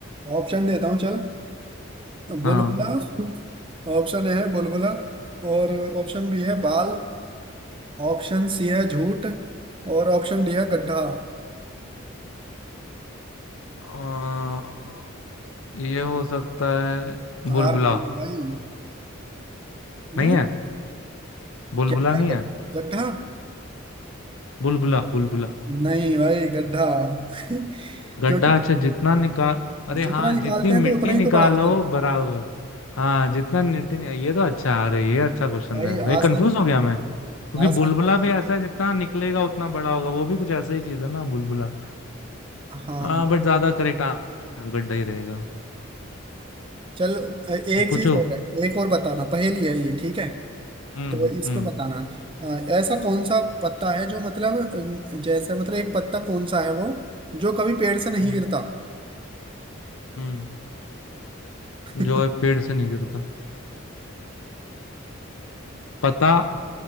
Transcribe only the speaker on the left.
हाँ
अ, ये हो सकता है बुलबुला
नहीं है बुलबुला
नहीं है
बुलबुला बुलबुला
गड्ढा
अच्छा जितना निकाल अरे
हाँ
जितनी
मिट्टी
निकालो
बराबर हाँ जितना मिट्टी निकाल ये तो अच्छा अरे ये अच्छा क्वेश्चन
था यार ये
कंफ्यूज हो गया मैं क्योंकि
बुलबुला
भी ऐसा है जितना निकलेगा उतना बड़ा होगा वो भी कुछ ऐसा ही चीज है ना बुलबुला
हाँ बट ज्यादा करेक्ट गड्ढा ही रहेगा
पूछो
हम्म
हम्म
हम्म
हम्म
जो है पेड़ से नहीं गिरता पता